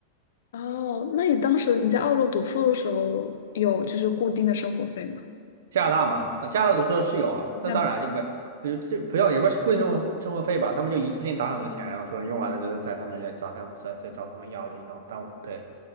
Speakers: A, on the left; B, on the right.
A: 哦，那你当时你在澳洲读书的时候，有就是固定的生活费吗？
B: 加拿大嘛，啊，加拿大读书的室友啊，那当然就不，
A: 在哪
B: 比如这不要也不是贵生活生活费吧，他们就一次性打很多钱，然后说用完了就在他们家找他们再再找他们要那种，但我对，